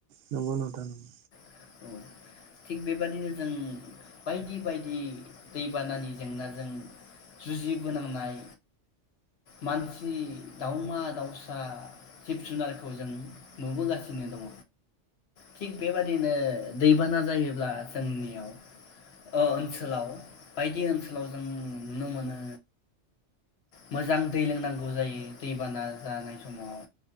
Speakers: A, on the right (about 65°); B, on the left (about 60°).
A: नंगौ नोंथां नंगौ
B: औ थिग बेबादिनो जों बायदि बायदि दैबानानि जेंनाजों जुजिबोनांनाय मानसि दावमा दाावसा जिब जुनारखौ जों नुबोगासिनो दङ थिग बेबादिनो नो‌ दैबाना जायोब्ला जोंनियाव ओनसोलाव बायदि ओनसोलाव जों नुनो मोनो मोजां दै लोंनांगौ जायो दैबाना जानाय समाव